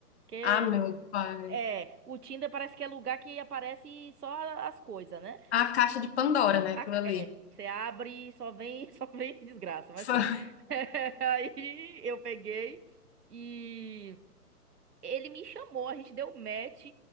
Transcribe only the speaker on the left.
Ah, meu pai.
A caixa de Pandora, né?
Aquilo ali.
Foi
<laughs>